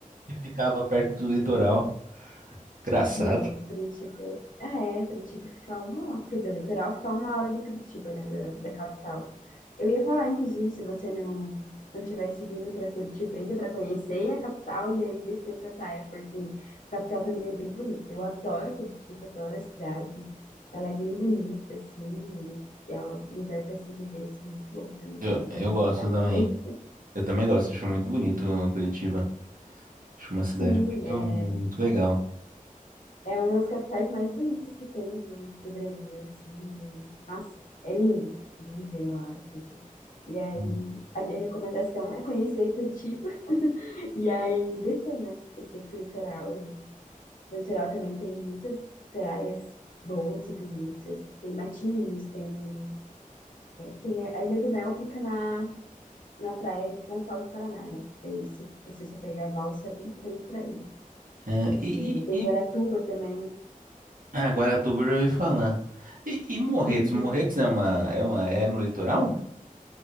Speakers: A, on the right; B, on the left.
A: que ficava perto do litoral. Engraçado.
B: Não, Curitiba. Ah, é, Curitiba fica uma. hora. Quer dizer, o litoral fica uma hora de Curitiba, né, da, da capital. Eu ia falar, inclusive, se você não não tivesse vindo para Curitiba ainda para conhecer a capital e aí descer para praia, porque a capital também é bem bonita. Eu adoro Curitiba, adoro a cidade. Ela é bem bonita, assim, e é um lugar para se viver, assim, muito bom também.
A: Eu,
B: E para
A: eu
B: visitar
A: gosto também.
B: também.
A: Eu também gosto, acho muito bonito Curitiba. Acho uma cidade
B: <laughs> Sim,
A: muito,
B: é.
A: muito legal.
B: É uma das capitais mais bonitas que tem do, do Brasil, assim. e, nossa, é lindo de viver lá e tudo. E aí,
A: Hum.
B: a minha recomendação é conhecer Curitiba <laughs> e aí descer, né? Descer pro litoral. E no litoral também tem muitas praias boas e bonitas. Tem Matinhos, tem, tem a a Ilha do Mel fica na, na praia de Pontal do Paraná, né? Daí você precisa pegar a balsa ali pra ir pra ilha.
A: É, e-
B: E Tem Guaratuba também.
A: Ah, Guaratuba eu já ouvi falar. E, e Morretes?
B: Uhum.
A: Morretes é uma, é uma, é no litoral?